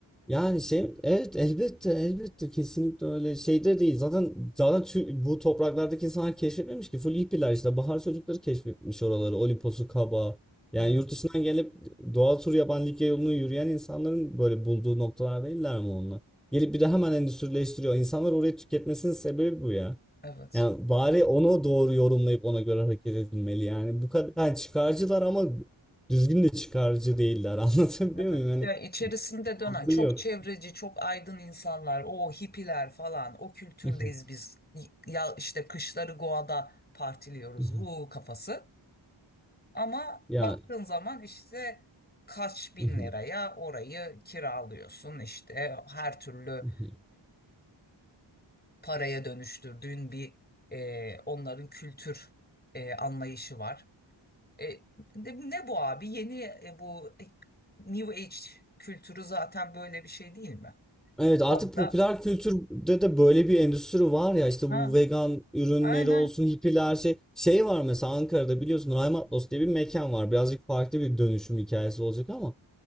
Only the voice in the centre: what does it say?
Yani şey evet elbette elbette kesinlikle öyle şeyde değil. Zaten zaten tü- bu topraklardaki insanlar keşfetmemiş ki full hippiler işte bahar çocukları keşfetmiş oraları Olimpos'u Kaba. Yani
yurt dışından gelip doğa turu yapan Likya yolunu yürüyen insanların böyle bulduğu noktalar değiller mi onlar? Gelip bir de hemen endüstrileştiriyor. İnsanlar orayı tüketmesinin sebebi bu ya.
Yani bari onu doğru yorumlayıp ona göre hareket edilmeli. Yani bu kadar yani çıkarcılar ama düzgün de çıkarcı değiller. <laughs> Anlatabiliyor
muyum? Yani
mantığı
yok.
<laughs>
Hı hı.
Ya
hı hı.
Hı hı.
Evet artık
popüler kültürde de böyle bir endüstri var ya işte
bu vegan ürünleri
olsun hippiler şey şey var mesela Ankara'da biliyorsun Raymatlos diye bir mekan var birazcık farklı bir dönüşüm hikayesi olacak ama